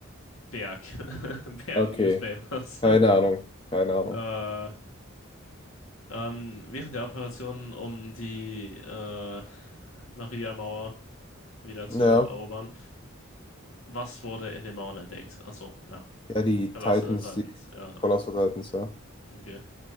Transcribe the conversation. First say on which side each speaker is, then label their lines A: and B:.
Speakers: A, on the left; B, on the left.
A: Berg. <laughs> Berg
B: Okay,
A: Newspapers.
B: keine
A: <laughs>
B: Ahnung, keine Ahnung.
A: Äh, ähm, während der Operation, um die äh, Maria-Mauer wieder zu
B: Ja,
A: erobern, was wurde in den Mauern entdeckt? Achso, ja.
B: ja, die
A: Verlasse
B: Titans,
A: des Titans,
B: die
A: ja.
B: Colossal Titans, ja.
A: Okay.